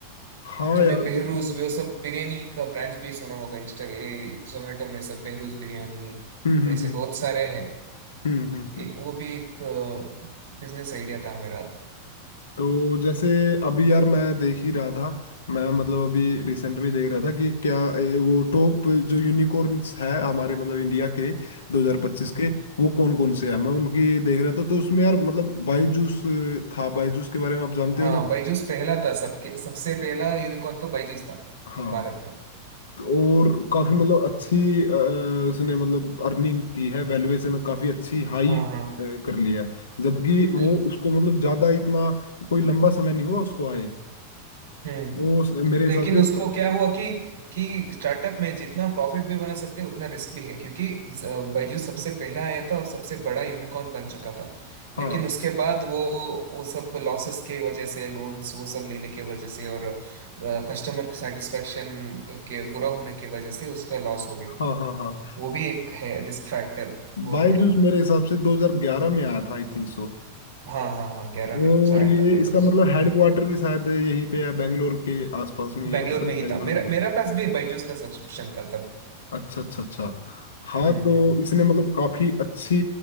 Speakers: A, on the left; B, on the right.
A: हाँ
B: तूने
A: यार
B: बेहरूज
A: देखो
B: वो सब बिरयानी का ब्रांड्स भी सुना होगा इंस्टा ये जोमेटो में सब बेहरूज बिरयानी
A: हम्म हम्म
B: वैसे
A: हम्म
B: बहुत सारे हैं
A: हम्म हम्म हम्म।
B: एक वो भी एक बिजनेस आइडिया था मेरा
A: तो जैसे अभी यार मैं देख ही रहा था मैं मतलब अभी रिसेंट में देख रहा था कि क्या ए, वो टॉप जो यूनिकॉर्न्स है हमारे मतलब इंडिया के 2025
B: हम्म।
A: के वो कौन कौन से हैं मैं उनकी देख रहा था तो उसमें यार मतलब बायजूस था बायजूस के बारे में आप जानते
B: हाँ
A: हो ना
B: बायजूस पहला था सबके सबसे पहला यूनिकॉर्न तो बायजूस था
A: हाँ
B: भारत में
A: तो और काफी मतलब अच्छी अ, उसने मतलब अर्निंग की है वैल्यूएशन काफी अच्छी हाई
B: हाँ हाँ
A: कर लिया है जबकि वो
B: ल-
A: उसको मतलब ज्यादा इतना कोई लंबा समय नहीं हुआ उसको आए
B: हम्म
A: वो उस- मेरे हिसाब
B: लेकिन
A: से
B: उसको क्या हुआ कि कि स्टार्टअप में जितना प्रॉफिट भी बना सकते हैं उतना रिस्क भी है क्योंकि अ, बायजूस सबसे पहला आया था और सबसे बड़ा यूनिकॉर्न बन चुका था
A: हाँ
B: लेकिन उसके बाद वो वो सब लॉसेस के वजह से लोन्स वो सब लेने के वजह से और कस्टमर सेटिस्फेक्शन के बुरा होने की वजह से उसका लॉस हो गया
A: हाँ हाँ हाँ
B: वो भी एक है रिस्क फैक्टर बहुत
A: बायजूस
B: बड़ा
A: मेरे हिसाब से 2011 में आया था आई थिंक सो
B: हाँ हाँ हाँ ग्यारह में
A: और
B: कुछ आया
A: ये
B: था बायजूस
A: इसका मतलब हेड क्वार्टर भी शायद यहीं पे है बेंगलोर के आसपास में ही
B: बेंगलोर
A: है पता
B: में
A: नहीं
B: ही
A: बेंगलोर
B: था मेरा
A: में
B: मेरा
A: है
B: पास भी बायजूस का सब्सक्रिप्शन था तब
A: अच्छा अच्छा अच्छा हाँ
B: हम्म
A: तो
B: हम्म
A: इसने मतलब काफी अच्छी